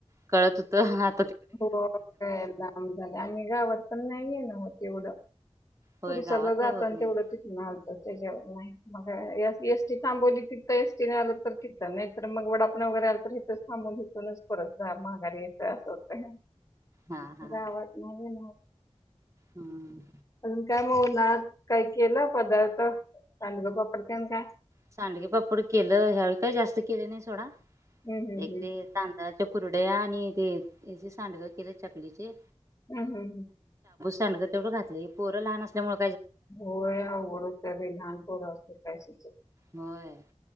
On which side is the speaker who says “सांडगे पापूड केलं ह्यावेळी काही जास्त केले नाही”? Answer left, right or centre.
Right